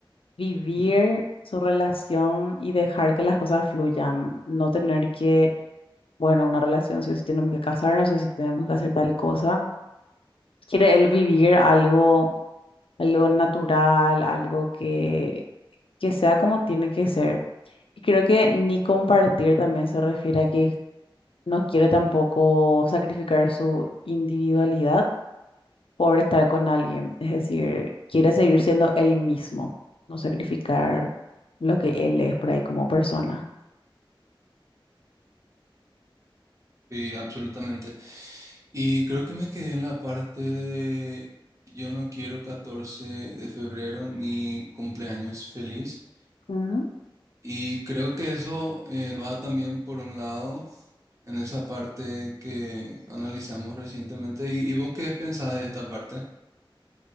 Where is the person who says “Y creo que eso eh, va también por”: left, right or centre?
Right